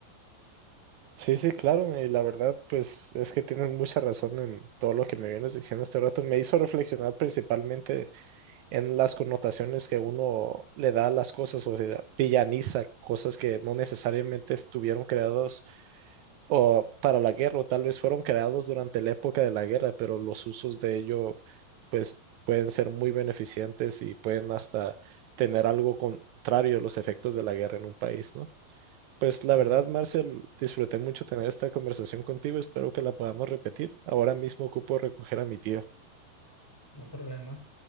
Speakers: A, on the right; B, in the centre.
A: Sí, sí, claro, y la verdad, pues es que tienes mucha razón en todo lo que me vienes diciendo este rato. Me hizo reflexionar principalmente en las connotaciones que uno le da a las cosas, o sea, villaniza cosas que no necesariamente estuvieron creados o para la guerra, o tal vez fueron creados durante la época de la guerra, pero los usos de ello, pues, pueden ser muy beneficientes y pueden hasta tener algo contrario a los efectos de la guerra en un país, ¿no? Pues la
B: Ujú.
A: verdad, Marcel, disfruté mucho tener esta conversación contigo, espero que la podamos repetir. Ahora mismo ocupo recoger a mi tío.
B: No hay problema.